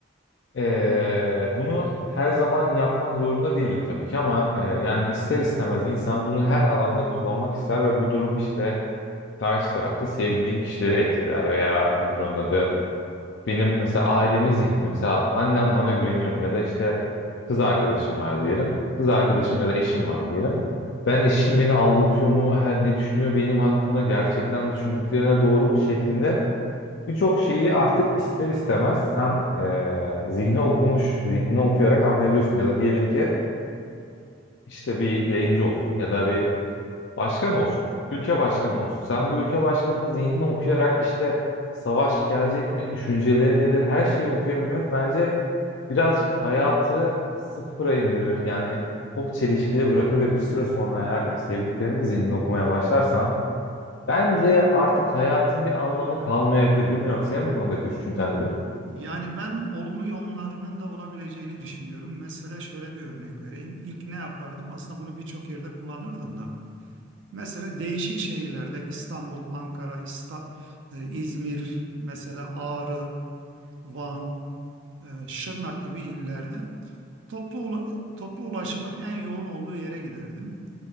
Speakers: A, on the left; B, on the right.
A: eee, bunu her zaman yapmak zorunda değilim tabii ki ama eee, yani ister istemez insan bunu her alanda kullanmak ister ve bu durum işte karşı tarafta sevdiğin kişileri etkiler veya nedir onun adı benim mesela ailemin zihninde mesela annem bana güveniyor mu ya da işte kız arkadaşım var diyelim. Kız arkadaşım ya da eşim var diyelim. Ben eşim beni aldatıyor mu, her ne düşünüyor benim hakkımda gerçekten düşündüklerine doğru mu şeklinde birçok şeyi artık ister istemez sen eee zihni okumuş, zihnini okuyarak anlayabiliyorsun. Ya da diyelim ki işte bir yayıncı olsun ya da bir Başkan olsun, ülke başkanı olsun. Sen bu ülke başkanının zihnini okuyarak işte savaş gelecek mi, düşünceleri nedir, her şeyi okuyabilmek bence birazcık hayatı sıfıra indirir. Yani çok çelişkili bırakır ve bir süre sonra eğer sevdiklerinin zihnini okumaya başlarsan bence artık hayatın bir anlamı kalmayabilir. Bilmiyorum senin bu konudaki düşüncen nedir?
B: Yani ben olumlu yönlerinin de olabileceğini düşünüyorum. Mesela şöyle bir örnek vereyim. İlk ne yapardım? Aslında bunu birçok yerde kullanırdım da. Mesela değişik şehirlerde İstanbul, Ankara, İsta, e, İzmir, mesela Ağrı, Van, e, Şırnak gibi illerde toplu ula- toplu ulaşımın en yoğun olduğu yere giderdim.